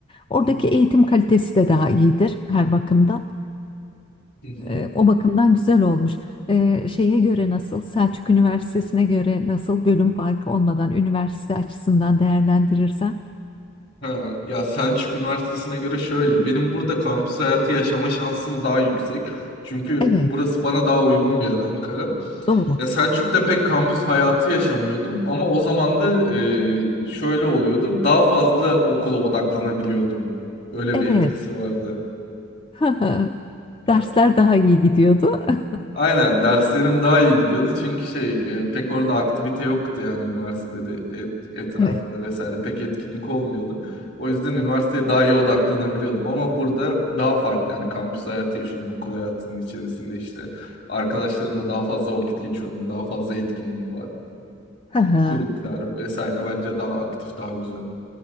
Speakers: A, on the left (about 25°); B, on the left (about 55°).
A: Oradaki
B: Hı hı.
A: eğitim kalitesi de daha iyidir her bakımdan.
B: Hı hı.
A: E, O bakımdan güzel olmuş. E, Şeye göre nasıl, Selçuk Üniversitesi'ne göre nasıl bölüm farkı olmadan üniversite açısından değerlendirirsen.
B: Ha, ya Selçuk Üniversitesi'ne göre şöyle. Benim burada kampüs hayatı yaşama şansım daha yüksek. Çünkü
A: Evet,
B: burası bana daha uygun bir yer Ankara.
A: doğru.
B: Ya Selçuk'ta pek kampüs hayatı yaşamıyordum ama o zaman da e, şöyle oluyordu. Daha fazla okula odaklanabiliyordum. Öyle
A: Evet.
B: bir etkisi vardı.
A: <laughs>
B: Ya
A: Dersler daha iyi gidiyordu. <laughs>
B: aynen derslerim daha iyi gidiyordu çünkü şey e, pek orada aktivite yoktu yani üniversitede et- etrafında
A: Evet.
B: vesaire pek etkinlik olmuyordu. O yüzden üniversiteye daha iyi odaklanabiliyordum ama burada daha farklı yani kampüs hayatı yaşıyorum okul hayatının içerisinde işte arkadaşlarımla daha fazla vakit geçiyorum, daha fazla etkinlik var.
A: <laughs>
B: kulüpler vesaire bence daha aktif, daha güzel.